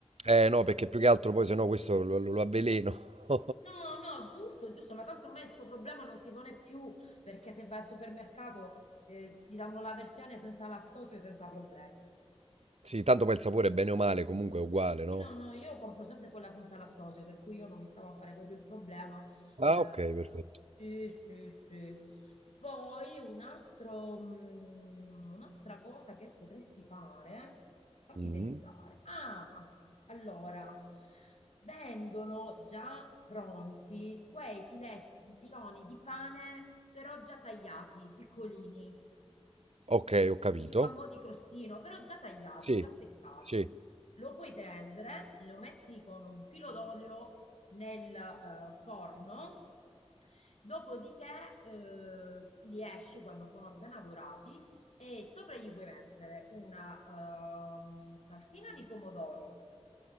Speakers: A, on the right (about 70°); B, on the left (about 75°).
A: Eh no, perché più che altro poi se no questo lo lo lo avveleno. <laughs>
B: No, no, giusto, giusto, ma tanto ormai questo problema non si pone più perché se vai al supermercato eh, ti danno la versione senza lattosio, senza problemi.
A: Sì, tanto poi il sapore bene o male comunque è uguale, no?
B: Sì, No, no, io compro sempre quella senza lattosio, per cui io non mi stavo a fare proprio il problema.
A: Ah
B: Eh,
A: okay, perfetto.
B: sì, sì, sì. Poi un altro, mm, un'altra cosa che potresti fare, fammi
A: Mh-mh.
B: pensare. Ah, allora, vendono già pronti quei file- filoni di pane, però già tagliati, piccolini
A: Okay, ho capito.
B: tipo a mo' di crostino, però già tagliati,
A: Sì,
B: già affettati.
A: sì,
B: Lo puoi prendere, lo metti con un filo d'olio nel eh, forno, dopodiché eh, li esci quando sono appena dorati e sopra gli puoi mettere una ehm, salsina di pomodoro.